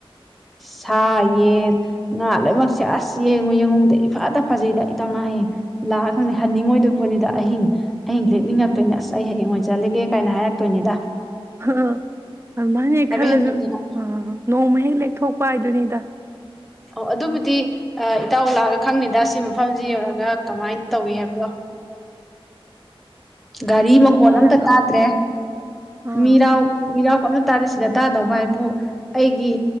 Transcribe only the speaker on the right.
ꯍꯥ ꯑꯃꯥꯏꯅ ꯍꯦꯛ ꯈꯜꯂꯁꯨ
ꯅꯣꯡꯃꯥ ꯍꯦꯛ ꯂꯦꯛ ꯊꯣꯛꯄ ꯍꯥꯏꯗꯨꯅꯤꯗ
ꯑꯗꯨꯅꯦ
ꯑꯥ
ꯑꯥ